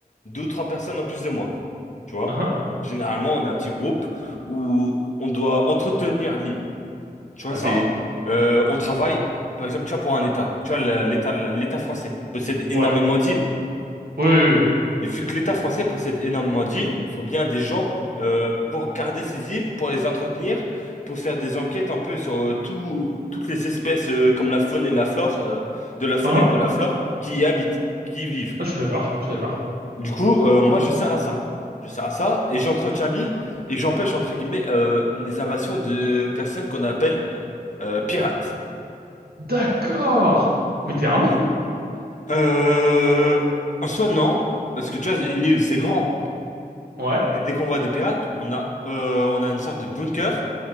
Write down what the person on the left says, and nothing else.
deux ou trois personnes en plus de moi, tu vois.
Généralement, on est un petit groupe où on doit entretenir l'île. Tu vois,
c'est, euh, on travaille, par exemple, tu vois, pour un État. Tu vois, la- l'État, l'État français possède énormément
d'îles.
Et vu que l'État français possède énormément d'îles, il faut bien des gens euh, pour garder ces îles, pour les entretenir, pour faire des enquêtes un peu sur euh, tout- toutes les espèces euh, comme la faune et la flore, euh, de la faune
et de la flore qui y habitent, qui y vivent.
Du coup, euh, moi je sers à ça. Je sers à ça et j'entretiens l'île et j'empêche entre guillemets euh, les invasions de personnes qu'on appelle euh, euh, pirates.
Tu vois? Euh, en soi non, parce que tu vois, une île c'est grand.
Dès dès qu'on voit des pirates, on a, euh, on a une sorte de bunker